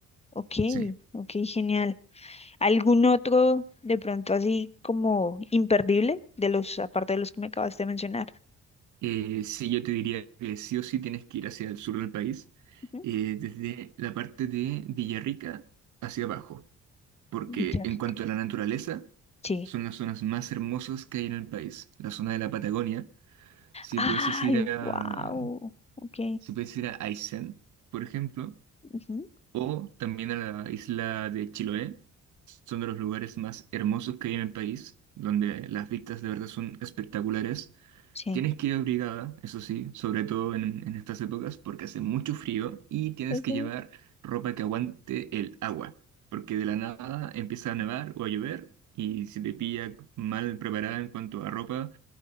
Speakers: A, on the left; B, on the right.
A: Ok,
B: Sí.
A: ok, genial. ¿Algún otro de pronto así como imperdible de los, aparte de los que me acabaste de mencionar?
B: Eh, sí, yo te diría que sí o sí tienes que ir hacia el sur del país,
A: Ujú.
B: eh, desde la parte de Villarrica hacia abajo, porque
A: Villarrica.
B: en cuanto a la naturaleza,
A: Sí.
B: son las zonas más hermosas que hay en el país. La zona de la Patagonia, si
A: Ay,
B: pudieses ir a,
A: wow. Ok.
B: si pudieses ir a Aysén, por ejemplo,
A: ujú,
B: o también a la isla de Chiloé, son de los lugares más hermosos que hay en el país, donde las vistas de verdad son espectaculares
A: Sí.
B: Tienes que ir abrigada, eso sí, sobre todo en, en estas épocas, porque hace mucho frío y tienes
A: Ok.
B: que llevar ropa que aguante el agua, porque de la nada empieza a nevar o a llover y si te pilla mal preparada en cuanto a ropa,